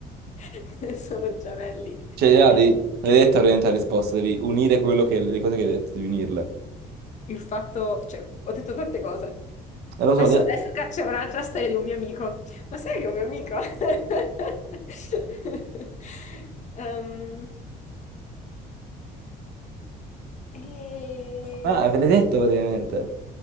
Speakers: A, on the left (about 45°); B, on the right (about 70°).
A: <laughs> Sono gemelli.
B: Cioè, ah, devi- l'hai detta praticamente la risposta, devi unire quello che, le cose che hai detto, devi unirle.
A: Il fatto, cioè, ho detto tante cose.
B: E lo so,
A: Adesso,
B: lei...
A: adesso c'è un'altra storia di un mio amico. Ma sai che è un mio amico? <laughs> Ehm, e...
B: Ah, ve l'hai detto praticamente.